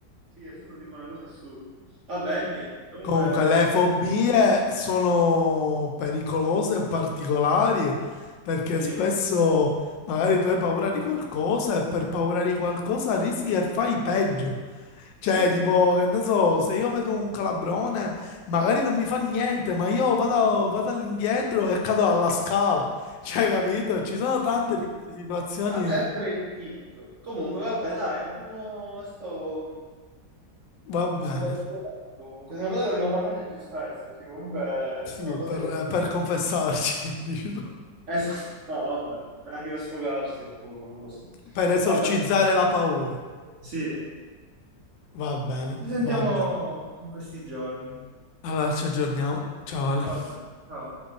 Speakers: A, on the right (about 50°); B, on the left (about 80°).
A: Sì, è stato tipo una cosa assurda. Vabbè, niente. Comunque,
B: Comunque, le fobie sono pericolose e particolari perché
A: sì,
B: spesso magari tu hai paura di qualcosa e per paura di qualcosa rischi che fai peggio. Cioè,
A: sì. Eh,
B: tipo, che ne so, se io vedo un calabrone, magari non mi fa niente, ma io vado, vado all'indietro e cado alla scala. <laughs> Cioè, capito? Ci sono tante di queste situazioni.
A: vabbè, è pure vinto. Comunque, vabbè, dai, abbiamo... è stato
B: Va bene,
A: un bel duello. Comunque, secondo me dovremmo parlarne più spesso, perché comunque
B: sì,
A: sono cose
B: per,
A: che capitano.
B: per confessarci, <laughs> dici tu.
A: Eh, sì. no, vabbè, anche per sfogarsi un poco, non lo so.
B: Per esorcizzare
A: Vabbè,
B: la paura.
A: sì,
B: Va bene,
A: ci sentiamo
B: va bene.
A: in questi giorni.
B: Allora ci aggiorniamo. Ciao Ale.
A: Vabbè, ciao.